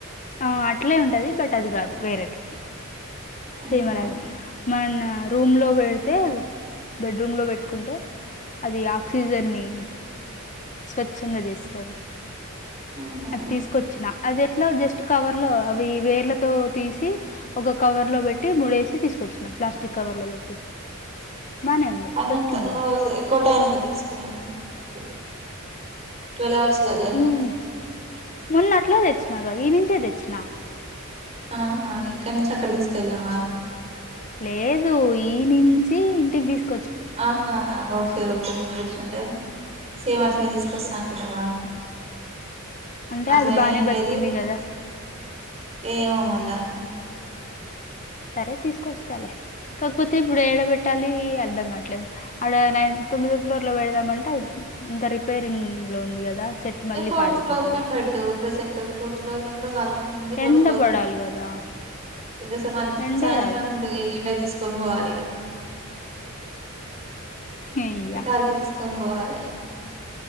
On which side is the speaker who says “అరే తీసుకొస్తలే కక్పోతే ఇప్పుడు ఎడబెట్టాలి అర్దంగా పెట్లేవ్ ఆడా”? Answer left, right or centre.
Left